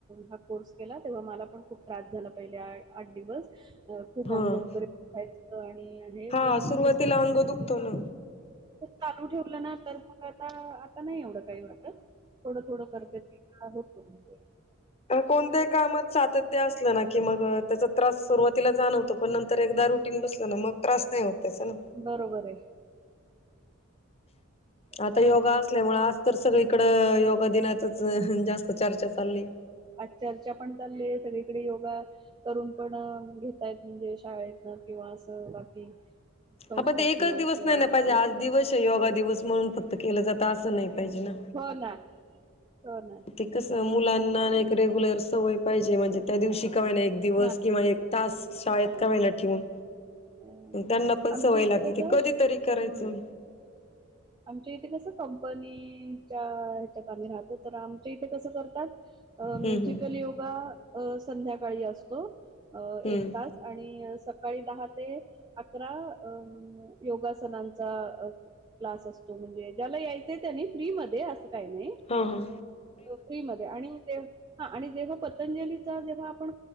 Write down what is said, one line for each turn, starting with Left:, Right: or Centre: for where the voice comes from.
Right: हा कोर्स केला तेव्हा मला पण खूप त्रास झाला पहिले आ आठ दिवस. खूप
Left: हा
Right: अंग वगैरे दुखायचं आणि हे पण
Left: हा सुरुवातीला
Right: मग तस
Left: अंग दुखतो ना
Right: चालू ठेवलं ना तर मग आता आता नाही एवढं काही वाटत थोडं थोडं करते. हा होते होते.
Left: कोणत्या हि कामात सातत ते असलं ना की मग त्याचा त्रास सुरुवातीला जाणवतो पण नंतर एकदा रुटीन बसलं ना मग, त्रास नाही होते तेच ना.
Right: बरोबर आहे. तर
Left: आता योगा
Right: असं
Left: असल्यामुळे आज तर सगळीकड योगा दिनाचच जास्त चर्चा चालली.
Right: आज चर्चा पण चालली आहे सगळीकडे योगा. करून पण घेतायत म्हणजे शाळेतन किंवा असं बाकी संस्थातन
Left: हा पण ते एकच दिवस
Right: किंवा
Left: नाही ना पाहिजे
Right: आम
Left: आज दिवस योगा दिवस म्हणून फक्त केलं जात असं नाही पाहिजे ना.
Right: हो ना! हो ना
Left: ते कस मुलांना
Right: नाही
Left: एक
Right: का
Left: रेग्युलर सवय पाहिजे म्हणजे त्या दिवशी काय नाही एक दिवस
Right: हा
Left: किंवा एक तास शाळेत
Right: हा
Left: का व्हाला ठेवून.
Right: अ
Left: त्यांना पण
Right: आमच्या
Left: सवय
Right: इथे
Left: लागते
Right: कसं
Left: त कधीतरी करायचं.
Right: हम्म <inaudible> आमच्या इथे कसं कंपनीच्या ह्याच्यात आम्ही राहतो तर आमच्या इथे कसं करतात. अ
Left: हम्म
Right: म्युझिकल
Left: हम्म
Right: योगा अ संध्याकाळी असतो अ
Left: हम्म
Right: एक तास. आणि सकाळी दहा ते अकरा अ योगासनांचा क्लास असतो म्हणजे ज्याला यायचंय त्यानी फ्री मध्ये असं काही नाही.
Left: हा हा
Right: फ्री मध्ये आणि ते हा आणि जेव्हा पतंजलीचा जेव्हा आपण